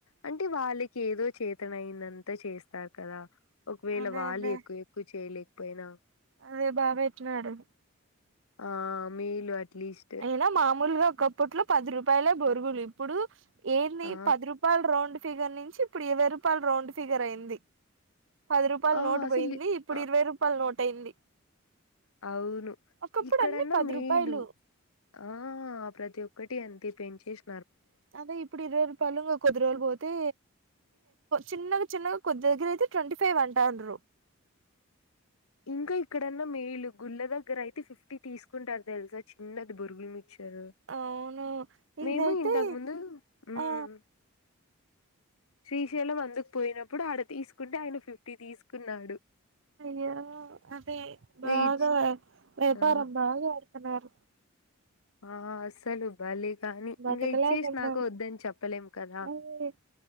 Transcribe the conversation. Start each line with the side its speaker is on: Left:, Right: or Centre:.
Left: అంటే వాళ్ళకి ఏదో చేతనైదంత చేస్తారు కదా ఒకవేళ
Right: అదే
Left: వాలి
Right: అదే
Left: ఎక్కువ ఎక్కువ చేయలేకపోయినా
Right: అదే బా పెట్నాడు
Left: ఆ మేలు అట్లీస్ట్
Right: అయినా మామూలుగా ఒకప్పట్లో పది రూపాయలే బొరుగులు ఇప్పుడు ఏంది
Left: ఆ
Right: పది రూపాయల రౌండ్ ఫిగర్ నుంచి ఇప్పుడు ఇరవై రూపాయల్ రౌండ్ ఫిగర్ అయింది. పది రూపాయల
Left: ఆ
Right: నోటు
Left: అసలు
Right: పోయింది ఇప్పుడు
Left: ఆ
Right: ఇరవై రూపాయల నోట్ అయింది.
Left: అవును
Right: ఒకప్పుడు
Left: ఇక్కడన్న
Right: అన్ని పది
Left: మేలు
Right: రూపాయలు
Left: ఆ ప్రతి ఒక్కటి అంతే పెంచేసి
Right: అదే ఇప్పుడు ఇరువై రూపాయలు ఇగ కొద్ది రోజులు పోతే చిన్నగా చిన్నగా కొద్ది దగ్గర అయితే ట్వంటీ ఫైవ్ అంటాన్రు.
Left: <inaudible> ఇంకా ఇక్కడన్నా మేలు గుళ్ళ దగ్గర అయితే ఫిఫ్టీ తీసుకుంటారు తెలుసా చిన్నది బొరుగులు మి
Right: అవును ఇంగైతే
Left: మేము ఇంతకు ముందు ఉమ్
Right: ఆ
Left: శ్రీశైలం అందుకు పోయినప్పుడు ఆడ తీసుకుంటే ఆయన ఫిఫ్టీ తీసుకున్నాడు.
Right: యా అదే
Left: ఇంగ
Right: బాగా
Left: ఇచ్
Right: వ్యా వ్యాపారం
Left: ఆ
Right: బాగా <inaudible> తున్నారు
Left: ఆ అసలు బలే కానీ
Right: బతకలేకున్నాం
Left: ఇంగా ఇచ్చేసి నాక వద్దని చెప్పలేము కదా
Right: అదే